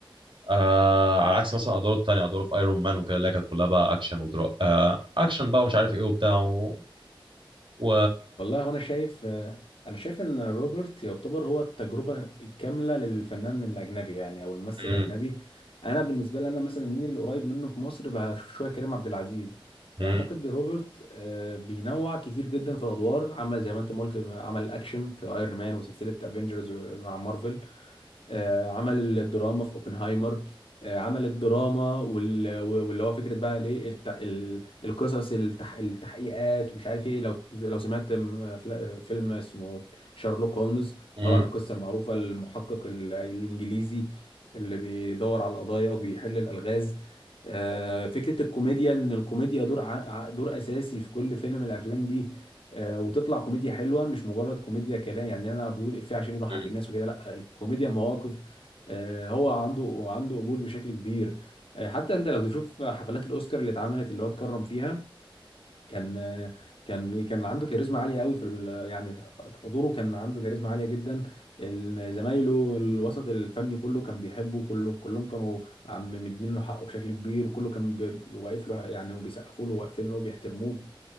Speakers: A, on the right; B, on the left.
A: آه على عكس مثلا ادواره التانية ادواره في ايرون مان وكده اللي هي كانت كلها بقى اكشن ودرا آه اكشن بقى ومش عارف ايه وبتاع و, و...
B: والله وانا شايف آه، انا شايف ان روبرت يعتبر هو التجربه الكامله للفنان الاجنبي يعني او الممثل
A: مم،
B: الاجنبي انا بالنسبه لي انا مثلا مين اللي قريب منه في مصر بشوف شويه كريم عبد العزيز
A: مم،
B: اعتقد روبرت آه، بينوع كتير جدا في الادوار عمل زي ما انت ما قلت عمل اكشن في ايرون مان وسلسله افنجرز مع مارفل آه، عمل الدراما في اوبنهايمر آه، عمل الدراما وال- واللي هو فكره بقى الايه الت- ال- القصص التح- التحقيقات ومش عارف ايه لو لو سمعت م- فلا- فيلم اسمه شارلوك هولمز
A: مم،
B: طبعا القصه المعروفه المحقق ال- الانجليزي اللي بيدور على القضايا وبيحل الالغاز آه، فكره الكوميديا ان الكوميديا دور ع- ع- دور اساسي في كل فيلم من الافلام دي آه، وتطلع كوميديا حلوه مش مجرد كوميديا كلام يعني انا بيقول افيه عشان يضحك
A: مم،
B: الناس وكده لا الكوميديا مواقف آه، هو عنده عنده قبول بشكل كبير آه، حتى انت لو تشوف حفلات الاوسكار اللي اتعملت اللي هو اتكرم فيها كان آه، كان كان عنده كاريزما عاليه قوي في ال- يعني حضوره كان عنده كاريزما عاليه جدا ال- زمايله الوسط الفني كله كان بيحبه كله كلهم كانوا عم مدين له حقه بشكل كبير وكله كان بي- واقف له يعني وبيسقفوا له واقفين له وبيحترموه